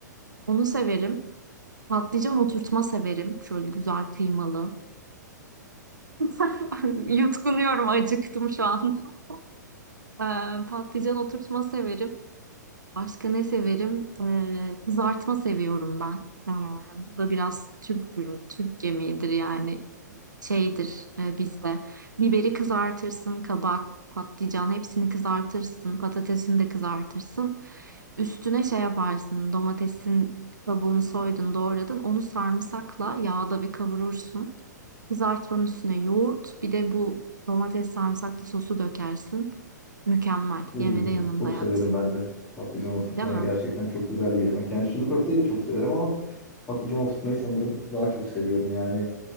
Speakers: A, on the right (about 75°); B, on the left (about 15°).
A: Onu severim. Patlıcan oturtma severim. Şöyle güzel kıymalı. <laughs> Yutkunuyorum, acıktım şu an. <laughs> Ee, patlıcan oturtma severim. Başka ne severim? Ee, kızartma seviyorum ben. Ee, bu da biraz Türk, Türk yemeğidir yani şeydir e, bizde. Biberi kızartırsın, kabak, patlıcan hepsini kızartırsın, patatesini de kızartırsın. Üstüne şey yaparsın, domatesin kabuğunu soydun, doğradın. Onu sarımsakla yağda bir kavurursun. Kızartmanın üstüne yoğurt, bir de bu domates sarımsaklı sosu dökersin. Mükemmel.
B: Oo,
A: yemede de yanında
B: çok
A: yat.
B: severim ben de. Patlıcan oturtma
A: Değil mi?
B: gerçekten çok güzel bir yemek. Yani sulu köfteyi de çok severim ama patlıcan oturtmayı sanırım daha çok seviyorum. Yani